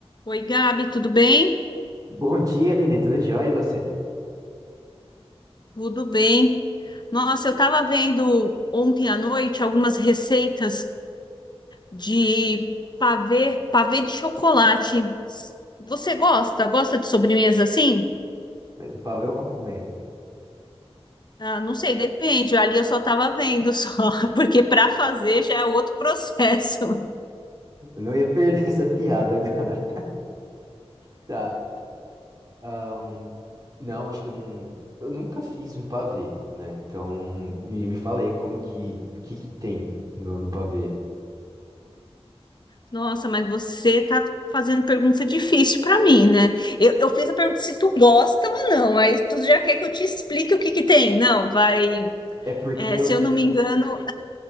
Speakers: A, on the left; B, on the right.
A: Oi, Gabi, tudo bem?
B: Bom dia, Aline. Tudo jóia e você?
A: Tudo bem. Nossa, eu estava vendo ontem à noite algumas receitas de pavê, pavê de chocolate. Você gosta? Gosta de sobremesa assim?
B: Mas é pra ver ou pra comer?
A: Ah, não sei, depende. Ali eu só estava vendo só, <laughs> porque para fazer já é outro processo.
B: Eu não ia perder <laughs> essa piada agora. <laughs> Tá. ahn, não, acho que eu não. Eu nunca fiz um pavê, né? Então, me, me fala aí como que. O que que tem no, no pavê?
A: Nossa, mas você tá fazendo pergunta difícil para mim, né? Eu, eu fiz a pergunta se tu gosta ou não. Aí tu já quer que eu te explique o que que tem. Não, vai.
B: É porque
A: é,
B: eu.
A: se eu não me engano,